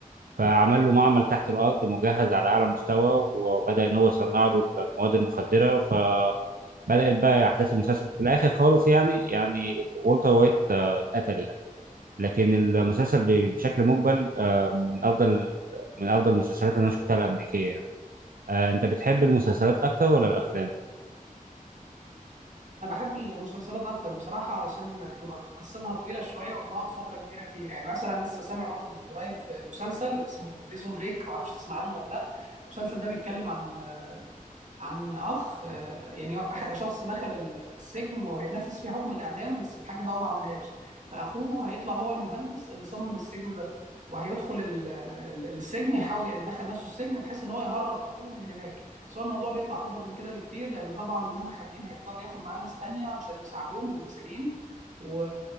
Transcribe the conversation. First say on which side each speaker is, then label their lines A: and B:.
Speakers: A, on the right; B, on the right.
A: فعمل له معمل تحت الارض مجهز على اعلى مستوى وبدا ان هو يصنع له المواد المخدره فبدات بقى احداث المسلسل في الاخر خالص يعني يعني والتر وايت آه، اتقتل يعني لكن المسلسل ب- بشكل مجمل آه، من افضل من افضل المسلسلات اللي انا شفتها الامريكيه يعني آه، انت بتحب المسلسلات اكتر ولا الافلام
B: انا بحب المسلسلات اكتر بصراحه علشان بتبقى قصتها طويله شويه وبنقعد فتره كبيره فيها يعني مثلا لسه سامع برضو من قريب مسلسل اسمه بريزون بريك معرفش تسمع عنه ولا لا المسلسل ده بيتكلم عن عن أخ آه، يعني واحد- شخص دخل السجن وهيتنفذ فيه حكم الإعدام بس في حاجة هو ما عملهاش فأخوه هيطلع هو المهندس اللي صمم السجن ده وهيدخل ال- ال- السجن يحاول يعني يدخل نفسه السجن بحيث ان هو يهرب اخوه من هناك بس هو الموضوع بيطلع اكبر من كده بكتير لان طبعا وهم خارجين هيضطر ياخد معاه ناس تانية علشان يساعدوه من المساجين و...